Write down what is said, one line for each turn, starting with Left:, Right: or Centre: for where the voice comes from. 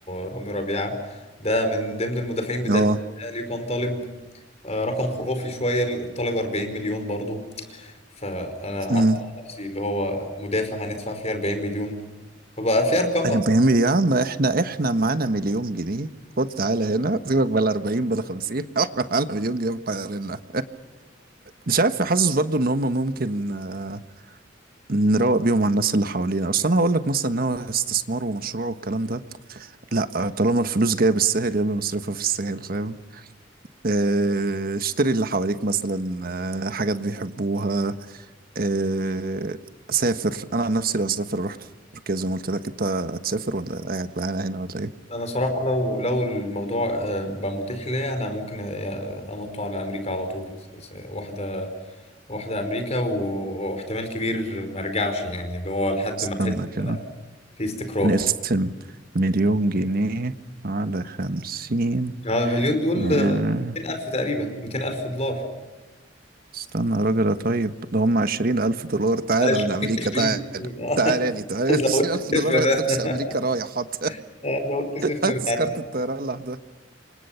Left: رامي ربيعة ده من ضمن المدافعين بتاع
Right: اه
Left: الاهلي كان طالب آه، رقم خرافي شوية طالب 40 مليون برضو فانا قعدت
Right: م.
Left: على نفسي اللي هو مدافع هندفع فيه 40 مليون فبقى في ارقام
Right: اللي بيعمل يا عم احنا احنا معانا مليون جنيه خد تعالى هنا سيبك بلا 40 بلا 50 <laughs> احنا معانا مليون جنيه محيرنا مش عارف حاسس برضو ان هم ممكن آه، نروق بيهم على الناس اللي حوالينا اصل انا هقول لك مثلا ان هو استثمار ومشروع والكلام ده لا طالما الفلوس جايه بالسهل يلا نصرفها في السهل فاهم آه، اشتري اللي حواليك مثلا آه، حاجات بيحبوها آه، سافر انا عن نفسي لو اسافر رحت تركيا زي ما قلت لك انت هتسافر ولا قاعد معانا هنا ولا ايه
Left: انا صراحه لو لو الموضوع آه، بقى متاح ليا انا ممكن آه، انط على امريكا على طول س- واحده واحده امريكا و- واحتمال كبير ما ارجعش يعني اللي هو لحد
Right: استنى
Left: ما احس إن
Right: كده
Left: انا في استقرار
Right: نقسم مليون جنيه على خمسين
Left: يعني هو المليون دول
Right: آه.
Left: 200 الف تقريبا 200 الف دولار
Right: استنى يا راجل يا طيب ده هم عشرين ألف دولار تعالى
Left: 20
Right: من أمريكا
Left: 20
Right: تعالى
Left: 20 اه
Right: تعالى لي تعالى
Left: <laughs> زودت
Right: <laughs> عشرين ألف دولار
Left: صفر ده
Right: هتدوكس
Left: <laughs>
Right: أمريكا رايح حط <laughs>
Left: انا زودت صفر
Right: هات تذكرة
Left: ده.
Right: الطيران لوحدها